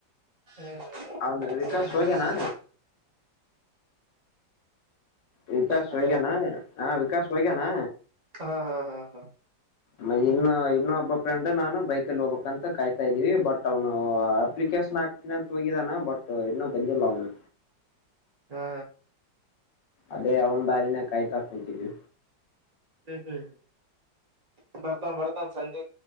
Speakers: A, on the right (about 45°); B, on the left (about 75°).
A: ಹ್ಮ್
B: ಹೌದ ವಿಕಾಶ್
A: ಸರಿ ಸರಿ
B: ಹಗ್ಯನಾ
A: ಸರಿ
B: ವಿಕಾಸ್
A: ಹಲೋ
B: ಹಗನಾ ಹಾ ವಿಕಾಸ್ ಹಗನಾ
A: ಹಾ ಹಾ ಹಾ ಹಾ
B: ಮ ಇನ್ನು ಇನ್ನೊಬ್ಬ ಫ್ರೆಂಡ್ ನಾನು ಬೈಕಲ್ಲಿ ಹೋಗ್ಬೇಕಕ್ ಅಂತ ಕಾಯ್ತಾ ಇದ್ದೀವಿ ಬಟ್ ಅವನು ಅಪ್ಲಿಕ ಾಕ್ತೀನಿ ಅಂತ ಹೋಗಿದಾನ ಬಟ್ ಇನ್ನುೂ ಬಂದಿಲ್ಲ ಅವನ
A: ಹಾ
B: ಅದೇ ಅವನ್ ದಾಲಿನ ಕಾಯತಾಕುಂತಿದ್ದು
A: ಹ್ಮ್ ಹ್ಮ್ ಹ್ಮ್ ಬರ್ತಾನ್ ಬರ್ತಾನ್ ಸಂಜೆ